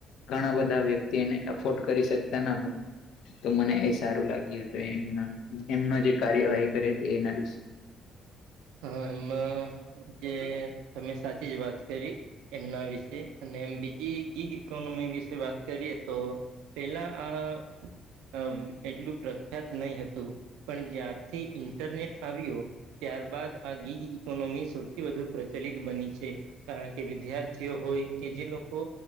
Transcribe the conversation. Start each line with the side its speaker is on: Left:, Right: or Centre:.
Left: ઘણા બધા વ્યક્તિ એને અફોર્ડ કરી શકતા ના હોય. તો મને એ સારું લાગ્યું હતું એમ એમનો જે કાર્યવાહી કરે હતી એના વિશે
Right: હા એમાં જે તમે સાચી જ વાત કરી. એમના વિશે અને એમ બીજી ગીગ ઇકોનોમી વિશે વાત કરીએ તો પેલા આ એટલું પ્રખ્યાત નહ હતું. પણ જ્યારથી ઇન્ટરનેટ આવ્યો ત્યાર બાદ આ ગીજ ઇકોનોમી સૌથી વધુ પ્રચલિત બની છે. કારણ કે વિદ્યાર્થીઓ હોય કે જે લોકો